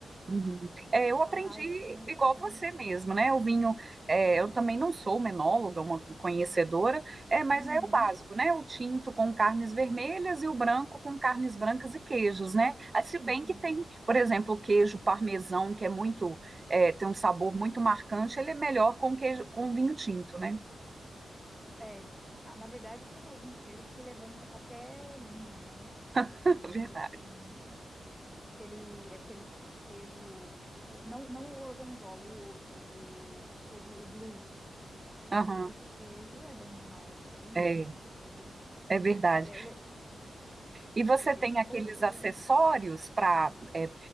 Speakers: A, on the right; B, in the centre.
A: Uhum. É, eu
B: Então,
A: aprendi
B: ai, porque é muito
A: igual
B: bom.
A: você mesmo, né? O vinho, é, eu também não sou uma enóloga, uma conhecedora, é, mas
B: Uhum,
A: é o básico, né? O tinto com carnes vermelhas e o branco com carnes brancas e queijos, né? Ah, Se bem
B: sim.
A: que tem, por exemplo, o queijo parmesão, que é muito, é, tem um sabor muito marcante, ele é melhor com queijo, com vinho tinto, né?
B: É. Na, na verdade, tem alguns queijos que ele é bom com qualquer vinho, né?
A: <laughs>
B: Alguns
A: Verdade.
B: assim, aquele, aqueles queijo, tipo, não, não o gorgonzola, o outro, o queijo, o blue. Gente,
A: Aham,
B: aquele queijo é bom demais. Ele é muito
A: é,
B: gostoso.
A: é verdade.
B: Ele é, ele é,
A: E você
B: ele é bem
A: tem
B: saboroso,
A: aqueles acessórios
B: né?
A: para, é,